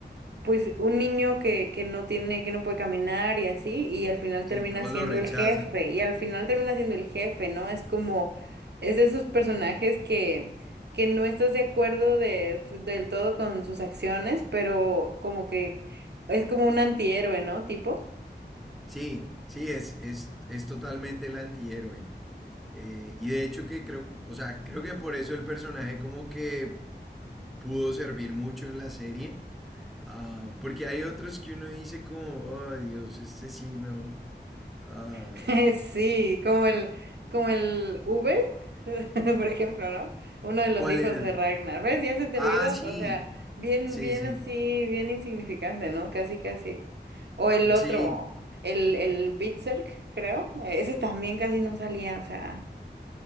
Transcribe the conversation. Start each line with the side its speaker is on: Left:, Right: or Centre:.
Right: pues un niño que, que no tiene, que no puede caminar y así, y al final termina
Centre: Sí, todos
Right: siendo
Centre: lo rechazan.
Right: el jefe, y al final termina siendo el jefe, ¿no? Es como, es de esos personajes que, que no estás de acuerdo de, del todo con sus acciones, pero como que es como un antihéroe, ¿no? Tipo.
Centre: Sí, sí, es, es, es totalmente el antihéroe. Eh, y de hecho que creo, o sea, creo que por eso el personaje como que pudo servir mucho en la serie. Ah, porque hay otros que uno dice como, oh Dios, este sí no. Ah,
Right: <laughs> Sí, como el, como el V, <laughs> por ejemplo, ¿no? Uno de los
Centre: ¿cuál
Right: hijos
Centre: era?
Right: de Ragnar. ¿Ves? Ya se te
Centre: Ah,
Right: olvidó.
Centre: sí,
Right: O sea, bien,
Centre: sí,
Right: bien
Centre: sí,
Right: así, bien insignificante, ¿no? Casi, casi. O el otro,
Centre: sí.
Right: el, el Berserk, creo. E, Ese también casi no salía, o sea,